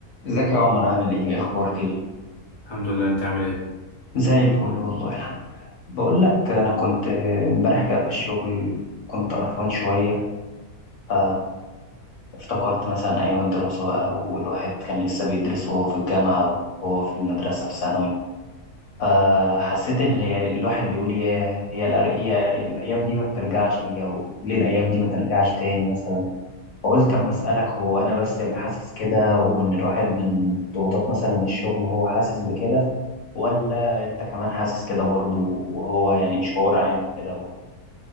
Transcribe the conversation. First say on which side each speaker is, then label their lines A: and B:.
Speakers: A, on the left (about 65°); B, on the left (about 35°).
A: ازيك يا عمر عامل ايه اخبارك ايه
B: الحمد لله انت عامل ايه
A: زي الفل والله الحمد لله بقول لك انا كنت امبارح كده في الشغل كنت قرفان شويه ف افتكرت مثلا ايام الدراسه بقى والواحد كان لسه بيدرس وهو في الجامعه وهو في المدرسه في ثانوي فحسيت ان ال- الواحد بيقول يا هي الأر- يا الايام دي ما بترجعش ليا وليه الايام دي ما ترجعش تاني مثلا فقلت أما أسألك هو أنا بس اللي حاسس كده وإن الواحد من ضغوطات مثلا الشغل هو حاسس بكده ولا أنت كمان حاسس كده برضه وهو يعني شعور عام كده